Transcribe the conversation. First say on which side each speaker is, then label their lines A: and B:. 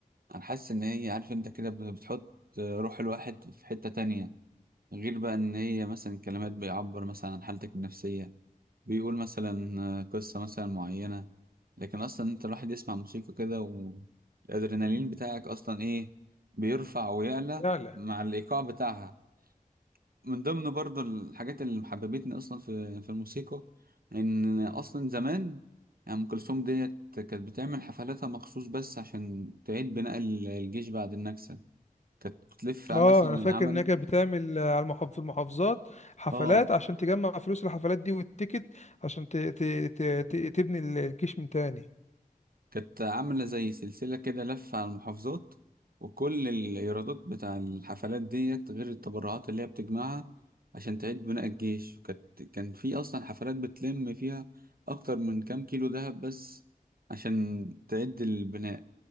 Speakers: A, on the right; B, on the left.
A: انا حاسس ان هي عارف انت كده ب- بتحط روح الواحد في حتة تانية غير بقى ان هي مثلا كلمات بيعبر مثلا عن حالتك النفسية بيقول مثلا قصة مثلا معينة لكن اصلا انت الواحد يسمع موسيقى كده والادرينالين بتاعك اصلا ايه بيرفع ويعلى
B: لا لا
A: مع الايقاع بتاعها من ضمن برضو الحاجات اللي محببتني اصلا في في الموسيقى ان اصلا زمان يعني ام كلثوم ديت كانت بتعمل حفلاتها مخصوص بس عشان تعيد بناء ال- الجيش بعد النكسه كانت بتلف مثلا
B: اه انا فاكر
A: عملت
B: ان هي كانت بتعمل آه، على المحافظ في المحافظات حفلات
A: اه
B: عشان تجمع فلوس الحفلات دي والتيكت عشان ت... ت... ت... ت... تبني الجيش من تاني
A: كانت عاملة زي سلسلة كده لفة على المحافظات وكل الإيرادات بتاع الحفلات ديت غير التبرعات اللي هي بتجمعها عشان تعيد بناء الجيش وكانت كان في أصلا حفلات بتلم فيها أكتر من كام كيلو دهب بس عشان تعيد البناء